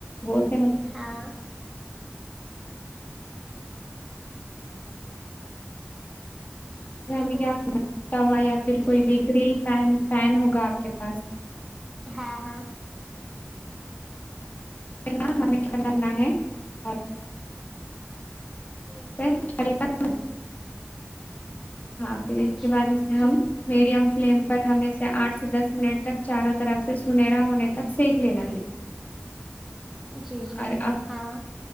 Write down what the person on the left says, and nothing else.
وہ سے میں
ہمیں
کیا کرنا توا یا پھر
کوئی
بھی گرل پین پین ہوگا آپ کے پاس
<unintelligible> کیا کرنا ہے اور
<unintelligible> ہاں پھر اس
کے بعد اس میں ہم
میڈیم فلیم پر ہمیں سے آٹھ سے دس منٹ تک چاروں طرف سے سنہرا ہونے تک سیک لینا ہے
اور